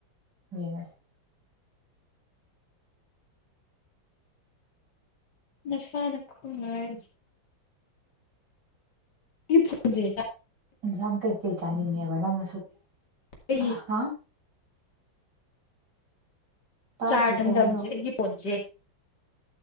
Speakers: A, on the right; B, on the left.
A: ꯌꯦꯡꯉꯥꯁꯤ
B: ꯃꯁꯥꯅꯥ ꯈꯨꯃꯥꯏ ꯌꯨ ꯐ‌ꯣꯟꯁꯦ ꯆꯞ
A: ꯏꯟꯖꯥꯡ ꯀꯩꯀꯩ ꯆꯥꯅꯤꯡꯉꯦꯕ ꯅꯪꯅ ꯁꯨꯠ
B: ꯑꯩꯒꯤ
A: ꯑ ꯍꯥ ꯇꯥꯗ꯭ꯔꯦ
B: ꯆꯥꯔ ꯍꯟꯊꯝꯕꯁꯦ
A: ꯀꯩ ꯍꯥꯏꯅꯣ
B: ꯑꯩꯒꯤ ꯐꯣꯟꯁꯦ